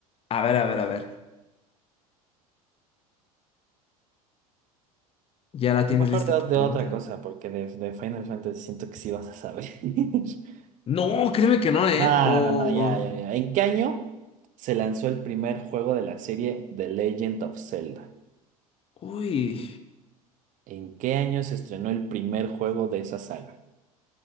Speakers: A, on the left; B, on the right.
A: A ver, a ver, a ver. ¿Ya la tienes
B: Mejor
A: lista
B: de,
A: tu
B: de
A: pregunta?
B: otra cosa, porque de, de Final Fantasy siento que sí vas a saber. <laughs>
A: No, créeme que no, ¿eh?
B: No,
A: O...
B: no, no, ya, ya, ya. ¿En qué año se lanzó el primer juego de la serie The Legend of Zelda?
A: Uy.
B: ¿En qué año se estrenó el primer juego de esa saga?